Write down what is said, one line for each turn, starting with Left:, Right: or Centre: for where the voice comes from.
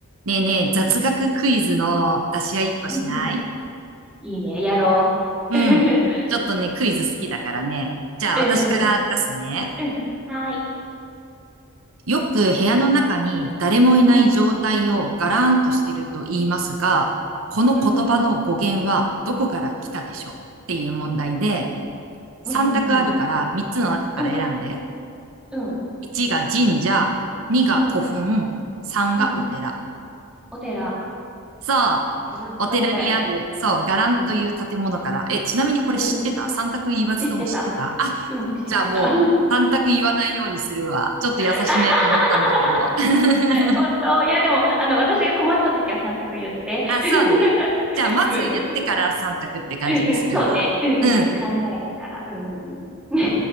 Right: ねえねえ、雑学クイズの出し合い一個しない
Centre: うんうんいいね、やろう。
Right: うん。
Centre: <laughs> うん
Right: ちょっとね、クイズ好きだからね。じゃあ私から出すね。
Centre: うんうん。うん、はーい。
Right: よく部屋の中に誰もいない状態をガラーンとしてると言いますが、
Centre: うん、
Right: この言葉の語源はどこから来たでしょうっていう問題で、
Centre: うん、
Right: 3択あるから3つの中から選んで。
Centre: うん、うん、うん、うん、うん、
Right: 1が神社、2が古墳、
Centre: うん、うん
Right: 3がお寺。
Centre: うん。お寺、
Right: そう。
Centre: 乱道だよね。
Right: お寺にある、
Centre: うん、
Right: そう、伽藍という建物から。
Centre: うん、
Right: え、ちなみにこれ知ってた三択言わずとも知ってたあ、
Centre: うん、うん。知ってた。うん、知ってた。
Right: じゃあもう、三択言わないようにするわ。ちょっと優しめと思ったんだけど。
Centre: <laughs>
Right: <laughs>
Centre: 本当。いや、でも、あの、私が困った時は3択言って。
Right: あ、
Centre: <laughs>
Right: そうね。じゃあまず言ってから三択って感じにするわ。
Centre: うんうん。うんうん。そうね。うんうんうん。
Right: うん。
Centre: 考えてから。うんうん。<laughs>